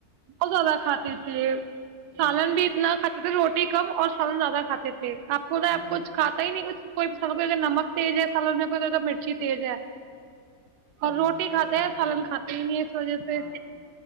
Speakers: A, on the right; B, on the left.
A: بہت زیادہ کھاتے تھے
B: ہ
A: سالن بھی اتنا توھر روٹی کم اور سالن زیادہ کھاتے تھے آپ کو تو
B: ہ
A: آپ کچھ کھا ہی نہیں کچھ کوئی سال کوئیا نمک تز ہے سالن میں کوئی زیادہ مرچی تیز ہے اور
B: ہ
A: روٹی
B: صحیح
A: کھاتے
B: کہا
A: ہیں
B: آپ
A: سالن
B: نے
A: کھاتے ہی نہیں اس وجہ سے
B: ہاں